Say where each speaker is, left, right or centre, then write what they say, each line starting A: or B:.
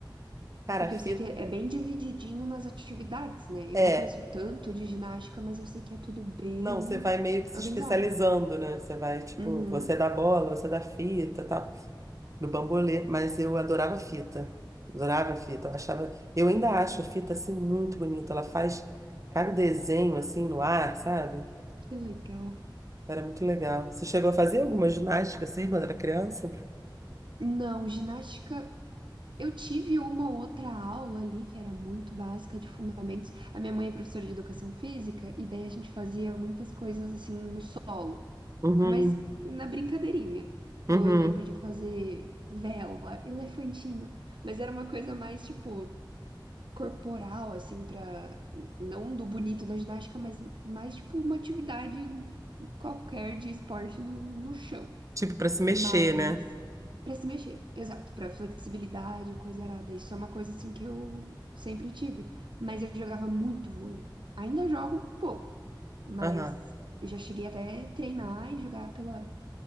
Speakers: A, on the right; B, on the right.
A: Cara,
B: Porque
A: a fita.
B: eu sei que é, é bem divididinho nas atividades, né? Eu
A: É.
B: não conheço tanto de ginástica, mas eu sei que é tudo bem
A: Não, você vai meio que se
B: organizado.
A: especializando, né? Você vai, tipo,
B: Uhum.
A: você dá bola, você dá fita, tal. do bambolê, mas eu adorava fita. Adorava fita. Eu achava, eu ainda acho a fita assim muito bonita. Ela faz cada desenho assim no ar, sabe?
B: Que legal.
A: Era muito legal. Você chegou a fazer alguma ginástica assim quando era criança?
B: Não, ginástica. Eu tive uma ou outra aula ali que era muito básica de fundamentos. A minha mãe é professora de educação física e daí a gente fazia muitas coisas assim no solo,
A: Uhum,
B: mas na brincadeirinha. Então
A: uhum.
B: eu lembro de fazer vela, elefantinho, mas era uma coisa mais tipo corporal assim para não do bonito da ginástica, mas mais tipo uma atividade qualquer de esporte no, no chão.
A: Tipo para se mexer,
B: Mas
A: né?
B: para se mexer, exato, para flexibilidade, coisa arada. Isso é uma coisa assim que eu sempre tive. Mas eu jogava muito vôlei. Ainda jogo um pouco, mas
A: Aham.
B: já cheguei até treinar e jogar pela